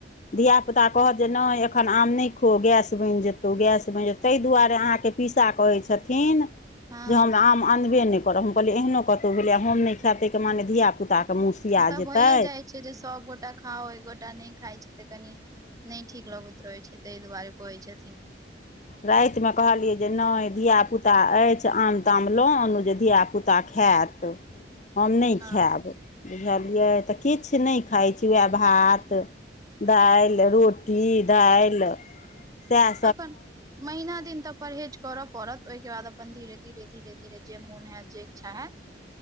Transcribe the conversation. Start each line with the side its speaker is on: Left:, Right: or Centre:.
Left: धियापुता कहत जे नइ एखन आम नइ खो गैस बनि जेतौ गैस बनि जेतौ। तै दुआरे अहाँकेँ पीसा कहै छथिन।
Right: हँ
Left: जे हमरा आम अनबे नइ करब हम कहलियै एहनो कतहु भेलैय हम नइ खाएब तइ के माने। धियापुताके मुँह। सिया
Right: उत
Left: जेतै
Right: भइे जाइ छै, जे सभगोटा खाउ एकगोटा नइ खाइ छै तऽ कनि। नहि ठीक लगैत रहै छै त दुवारे कहि छथि।
Left: रातिमे कहलियै जे नहि धियापुता अछि आम ताम लऽ अनू जे धियापुता। पुता खायत हम नहि
Right: हँ
Left: खायब। बुझलियै तऽ किछु नहि खाइत छी उएह भात। दाइल रोटी दाइल सए
Right: अखन महिना दिन त परहेज करअ पड़त ओइके बाद अपन धीरे धीरे धीरे धीरे जे मोन हैत जे इच्छा हैत